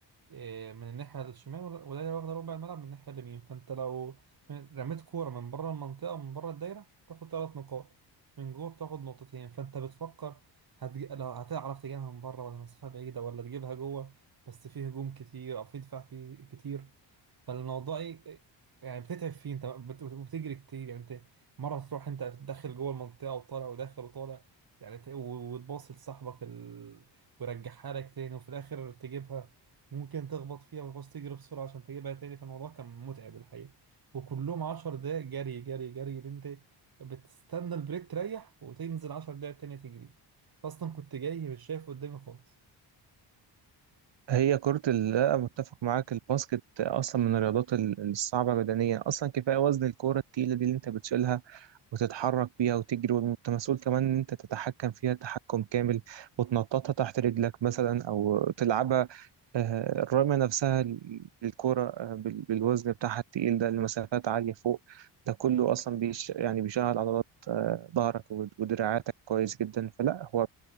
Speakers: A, on the right (about 55°); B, on the right (about 70°).
A: إيه، من الناحية الشمال ودايرة ودايرة واخدة ربع الملعب من الناحية اليمين فأنت لو من- رميت كورة من بره المنطقة من بره الدايرة بتاخد ثلاث نقاط من جوه بتاخد نقطتين فأنت بتفكر هتج... لو هتعرف تجيبها من بره ولا مسافة بعيدة ولا تجيبها جوه بس فيه هجوم كتير أو فيه دفاع كي- كتير فالموضوع ايه يعني بتتعب فيه انت بت- وبتجري كتير يعني انت مره تروح انت داخل جوه المنطقه وطالع وداخل وطالع يعني ت- و- وتباصي لصاحبك ال... ويرجعها لك تاني وفي الاخر تجيبها ممكن تخبط فيها وتعوز تجري بسرعه عشان تجيبها تاني فالموضوع كان متعب الحقيقه وكلهم 10 دقايق جري جري جري اللي انت بتستنى البريك تريح وتنزل 10 دقايق تانية تجري اصلا كنت جاي مش شايف قدامي خالص
B: هي كرة ال- لا متفق معاك الباسكت أصلا من الرياضات ال- الصعبة بدنيا أصلا كفاية وزن الكورة التقيلة دي اللي أنت بتشيلها وتتحرك بيها وتجري وأنت مسؤول كمان إن أنت تتحكم فيها تحكم كامل وتنططها تحت رجلك مثلا أو تلعبها آه، الرمية نفسها ال- الكرة آه، بال- بالوزن بتاعها التقيل ده لمسافات عالية فوق ده كله أصلا بيش يعني بيشغل عضلات آه، ظهرك ود- ودراعاتك كويس جدا فلا هو